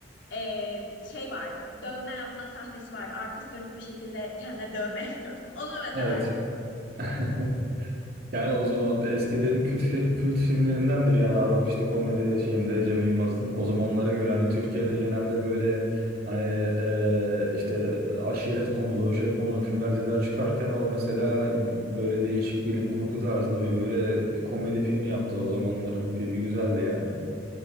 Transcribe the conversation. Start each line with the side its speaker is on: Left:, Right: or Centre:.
Left: e, şey vardı. Dövme yapma sahnesi vardı. Arkası dönük bir şekilde kendine dövme yapıyordu. <laughs> Ona mesela
Right: Evet.
Left: güldüm.
Right: <laughs> Yani o zaman eskilerin kült, fi- kült filmlerindendir yani Arok işte komedi şeyinde Cem Yılmaz'ın. O zamanlara göre hani Türkiye'de genelde böyle hani e, işte aşiret konulu şey konulu filmler diziler çıkarken o mesela böyle değişik bilim kurgu tarzında bir böyle komedi filmi yaptı. O zamanların filmi güzeldi yani.